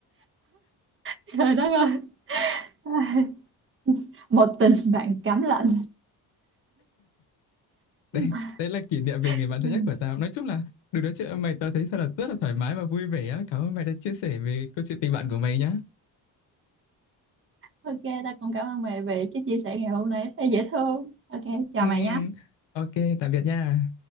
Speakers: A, on the right; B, on the left.
A: trời đất ơi <laughs> một tình bạn cám lạnh
B: <laughs> đấy
A: <laughs>
B: đấy là kỷ niệm về người bạn thân
A: Ừ.
B: nhất của tao nói chung là được nói chuyện với mày tao thấy thật là rất là thoải mái và vui vẻ á cảm ơn mày đã chia sẻ về câu chuyện tình bạn của mày nhá
A: ok tao cũng cảm ơn mày về cái chia sẻ ngày hôm nay thấy dễ thương ok chào
B: ừ,
A: mày nha
B: ok tạm biệt nha